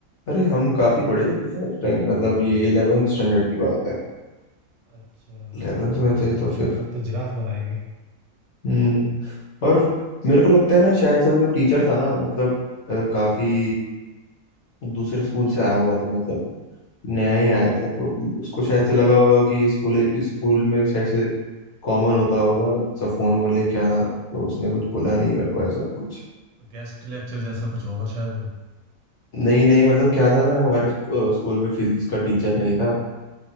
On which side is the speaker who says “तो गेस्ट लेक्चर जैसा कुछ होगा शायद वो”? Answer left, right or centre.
Right